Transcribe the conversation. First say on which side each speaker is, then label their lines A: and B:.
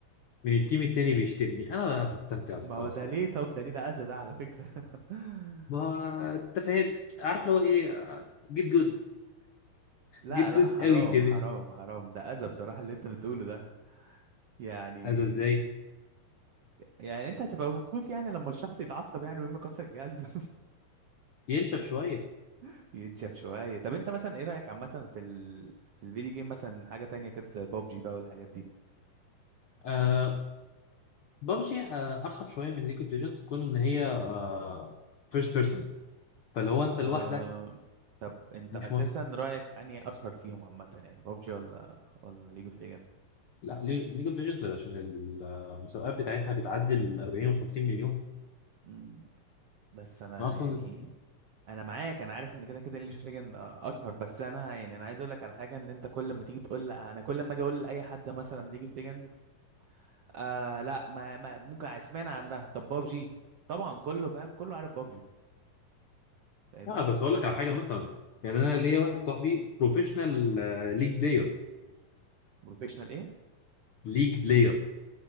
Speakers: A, on the left (about 80°); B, on the right (about 70°).
A: من التيم التاني بيشتمني انا بقى بستمتع الصراحه
B: ما هو ده ليه طب ده ليه ده اذى ده على فكرة <laughs>
A: ما انت فاهم عارف لو ايه جيت جود
B: لا
A: جيت
B: لا
A: جود
B: حرام
A: قوي كمان
B: حرام حرام ده اذى بصراحة اللي انت بتقوله ده يعني
A: عايز ازاي
B: يعني انت هتبقى مبسوط يعني لما الشخص يتعصب يعني ويقوم يكسر الجهاز
A: ينشف شويه
B: <laughs> ينشف شوية طب انت مثلا ايه رأيك عامة في ال... في الفيديو جيم مثلا حاجة تانية كده زي بابجي بقى والحاجات دي
A: آه ببجي آه ارحب شويه من ليج اوف ليجندز كون ان هي آه فيرست بيرسون فاللي هو انت
B: آه...
A: لوحدك
B: طب انت
A: مش
B: اساسا
A: مهم
B: رأيك انهي اشهر فيهم عامة يعني بابجي ولا ولا ليج اوف
A: لا ليج اوف ليجندز عشان المسابقات بتاعتها بتعدي ال 40 و 50 مليون
B: ليجند بس انا
A: انا اصلا
B: يعني انا معاك انا عارف ان كده كده ليج اوف ليجند اشهر بس انا يعني انا عايز اقول لك على حاجه ان انت كل ما تيجي تقول انا كل ما اجي اقول لاي حد مثلا ليج اوف ليجند آه لا ما, ما ممكن اسمعنا عنها طب بابجي طبعا كله فاهم كله عارف بابجي فاهمني
A: لا بس اقول لك على حاجه مثلا يعني انا ليا واحد صاحبي بروفيشنال ليج بلاير
B: بروفيشنال ايه
A: ليج بلاير